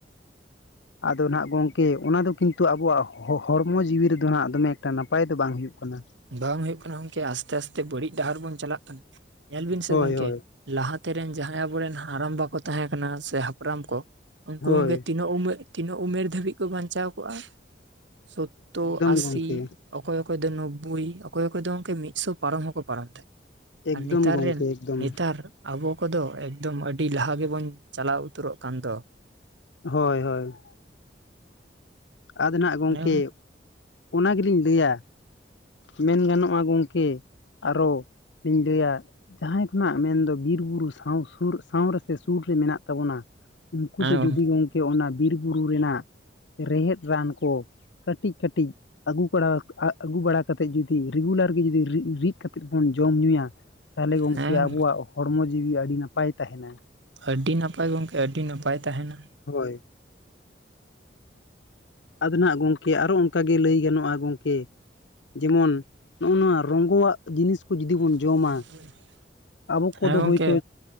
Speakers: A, on the right (about 85°); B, on the left (about 75°).
A: <inaudible>
B: ᱟᱫᱚ ᱱᱟᱜ ᱜᱚᱢᱠᱮ ᱚᱱᱟ ᱫᱚ ᱠᱤᱱᱛᱩ ᱟᱵᱚᱣᱟᱜ ᱦᱚᱲᱢᱚ ᱡᱤᱣᱤ ᱨᱮᱫᱚ ᱱᱟᱜ ᱫᱚᱢᱮ ᱮᱠᱴᱟ ᱱᱟᱯᱟᱭ ᱫᱚ ᱵᱟᱝ ᱦᱩᱭᱩᱜ ᱠᱟᱱᱟ ᱾
A: ᱵᱟᱝ ᱦᱩᱭᱩᱜ ᱠᱟᱱᱟ ᱜᱚᱢᱠᱮ ᱟᱥᱛᱮ ᱟᱥᱛᱮ ᱵᱟᱹᱲᱤᱡ ᱰᱟᱦᱟᱨ ᱵᱚᱱ ᱪᱟᱞᱟᱜ ᱠᱟᱱᱟ? ᱧᱮᱞ ᱵᱤᱱ ᱥᱮ
B: ᱦᱳᱭ
A: ᱜᱚᱢᱠᱮ
B: ᱦᱳᱭ
A: ᱾ ᱞᱟᱦᱟᱛᱮᱱ ᱡᱟᱦᱟᱸᱭ ᱟᱵᱚᱨᱮᱱ ᱦᱟᱲᱟᱢ ᱵᱟ ᱠᱚ ᱛᱟᱦᱮᱸ ᱠᱟᱱᱟ ᱥᱮ ᱦᱟᱯᱲᱟᱢ ᱠᱚ, ᱩᱱᱠᱩ
B: ᱦᱳᱭ
A: ᱛᱤᱱᱟᱹᱜ ᱛᱤᱱᱟᱹᱜ ᱩᱢᱮᱨ ᱫᱷᱟᱹᱵᱤᱡ ᱠᱚ ᱵᱟᱧᱪᱟᱣ ᱠᱚᱜᱼᱟ? ᱥᱳᱛᱛᱳᱨ,
B: ᱮᱠᱫᱚᱢ
A: ᱟᱥᱤ
B: ᱜᱚᱢᱠᱮ
A: ᱾ ᱚᱠᱚᱭ ᱚᱠᱚᱭ ᱫᱚ ᱱᱳᱵᱵᱳᱭ ᱚᱠᱚᱭ ᱚᱠᱚᱭ ᱫᱚ ᱢᱤᱫ ᱥᱚ ᱯᱟᱨᱚᱢ ᱦᱚᱸᱠᱚ ᱯᱟᱨᱚᱢ ᱛᱟᱦᱮᱸᱫ ᱾
B: ᱮᱠᱫᱚᱢ
A: ᱟᱨ ᱱᱮᱛᱟᱨ
B: ᱜᱚᱢᱠᱮ
A: ᱨᱮᱱ
B: ᱮᱠᱫᱚᱢ
A: ᱱᱮᱛᱟᱨ ᱟᱵᱚ ᱠᱚᱫᱚ ᱮᱠᱫᱚᱢ ᱟᱹᱰᱤ ᱞᱟᱦᱟ ᱜᱮᱵᱚᱱ ᱪᱟᱞᱟᱣ ᱩᱛᱟᱹᱨᱚᱜ ᱠᱟᱱ ᱫᱚ ᱾
B: ᱦᱳᱭ ᱦᱳᱭ ᱾ ᱟᱫᱚ ᱱᱟᱦᱟᱜ ᱜᱚᱢᱠᱮ
A: ᱚᱱᱮ
B: ᱚᱱᱟ ᱜᱮᱞᱤᱧ ᱞᱟᱹᱭᱟ, ᱢᱮᱱ ᱜᱟᱱᱚᱜᱼᱟ ᱜᱚᱢᱠᱮ ᱟᱨᱚ ᱡᱩᱫᱤ ᱞᱤᱧ ᱞᱟᱹᱭᱟ ᱡᱟᱦᱟᱸᱭ ᱠᱷᱚᱱᱟᱜ ᱢᱮᱱᱫᱚ ᱵᱤᱨ ᱵᱩᱨᱩ ᱥᱟᱶ ᱥᱩᱨ ᱥᱟᱶ ᱨᱮᱥᱮ ᱥᱩᱨ ᱨᱮ ᱢᱮᱱᱟᱜ ᱛᱟᱵᱚᱱᱟ, ᱩᱱᱠᱩ
A: ᱦᱮᱸ
B: ᱫᱚ ᱡᱩᱫᱤ ᱜᱚᱢᱠᱮ ᱚᱱᱟ ᱵᱤᱨ ᱵᱩᱨᱩ ᱨᱮᱱᱟᱜ ᱨᱮᱸᱦᱮᱫ ᱨᱟᱱ ᱠᱚ ᱠᱟᱹᱴᱤᱡ ᱠᱟᱹᱴᱤᱡ ᱟᱹᱜᱩ ᱵᱟᱲᱟ ᱟᱹᱜᱩ ᱵᱟᱲᱟ ᱠᱟᱛᱮᱫ ᱡᱩᱫᱤ ᱨᱮᱜᱩᱞᱟᱨ ᱜᱮ ᱡᱩᱫᱤ ᱨᱤᱫ ᱨᱤᱫ ᱠᱟᱛᱮᱫ ᱵᱚᱱ ᱡᱚᱢ ᱧᱩᱭᱟ ᱛᱟᱦᱚᱞᱮ ᱜᱚᱢᱠᱮ
A: ᱦᱮᱸ
B: ᱟᱵᱚᱣᱟᱜ ᱦᱚᱲᱢᱚ ᱡᱤᱣᱤ ᱟᱹᱰᱤ ᱱᱟᱯᱟᱭ ᱛᱟᱸᱦᱮᱱᱟ ᱾
A: ᱟᱹᱰᱤ ᱱᱟᱯᱟᱭ ᱜᱚᱢᱠᱮ ᱟᱹᱰᱤ ᱱᱟᱯᱟᱭ ᱛᱟᱸᱦᱮᱱᱟ ᱾
B: ᱦᱳᱭ ᱾ ᱟᱫᱚ ᱱᱟᱜ ᱜᱚᱢᱠᱮ ᱟᱨᱚ ᱚᱱᱠᱟᱜᱮ ᱞᱟᱹᱭ ᱜᱟᱱᱚᱜᱼᱟ ᱜᱚᱢᱠᱮ ᱡᱮᱢᱚᱱ ᱱᱚᱜᱼᱚ ᱱᱚᱣᱟ ᱨᱚᱝᱜᱚᱣᱟᱜ ᱡᱤᱱᱤᱥ ᱡᱚᱫᱤ ᱵᱚᱱ
A: <inaudible>
B: ᱡᱚᱢᱟ ᱟᱵᱚ ᱠᱚᱫᱚ
A: ᱦᱮᱸ ᱜᱚᱝᱠᱮ
B: ᱦᱳᱭᱛᱳ